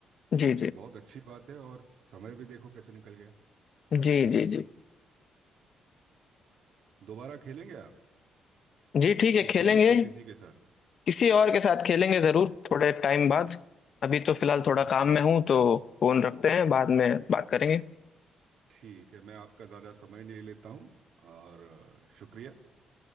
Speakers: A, on the left (about 55°); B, on the right (about 70°).
A: जी
B: ये
A: जी
B: बहुत अच्छी बात है और समय भी देखो कैसे निकल गया
A: जी जी जी
B: दोबारा खेलेंगे आप
A: जी ठीक है
B: इस
A: खेलेंगे
B: गेम को किसी के साथ
A: किसी और के साथ खेलेंगे जरूर थोड़े टाइम बाद अभी तो फिलहाल थोड़ा
B: अच्छा
A: काम में हूँ तो फोन रखते हैं बाद में बात करेंगे
B: ठीक है मैं आपका ज़्यादा समय नहीं लेता हूँ और अ, शुक्रिया